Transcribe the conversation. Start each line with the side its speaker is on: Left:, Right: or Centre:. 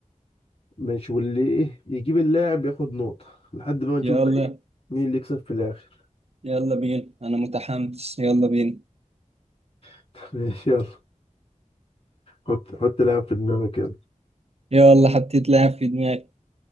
Left: ماشي واللي ايه يجيب اللاعب ياخد نقطة لحد ما نشوف
Right: يلا
Left: بقى ايه مين اللي يكسب في الاخر
Right: يلا بينا أنا متحمس يلا بينا
Left: <laughs> ماشي يلا حط حط لاعب في دماغك يلا
Right: يلا حطيت لاعب في دماغي